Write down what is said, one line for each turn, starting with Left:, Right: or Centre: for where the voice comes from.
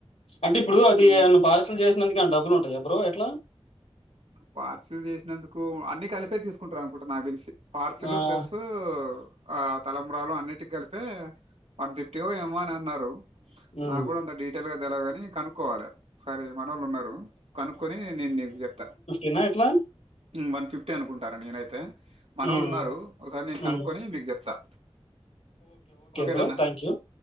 Left: అంటే ఇప్పుడు అది
Right: హ్మ్.
Left: నన్ను పార్సల్ చేసినందుక ఆ డబ్బులు ఉంటాయా బ్రో ఎట్లా
Right: పార్సల్ చేసినందుకు అన్ని కలిపే తీసుకుంటారు అనుకుంట నాకు తెలిసి పార్సుల్
Left: ఆహ్,
Right: ప్లస్ ఆ తలంబరాలు అన్నిటి కలిపే వన్ ఫిఫ్టీ ఏమో అని అన్నారు
Left: హ్మ్.
Right: నాకు కూడా అంత డీటెయిల్ గా తెలవదు గాని కనుక్కోవాలి సరే మనోళ్ళు ఉన్నారు కనుక్కొని నేను నీకు చెప్తా
Left: ఏనా ఎట్లా
Right: వన్ ఫిఫ్టీ అనుకుంటారా నేనైతే మన
Left: హ్మ్.
Right: వాళ్ళు ఉన్నారు ఒకసారి నేను
Left: హ్మ్.
Right: కనుక్కొని మీకు చెప్తా చెప్తా ఓకే
Left: బ్రో.
Right: నన్న
Left: థాంక్ యూ.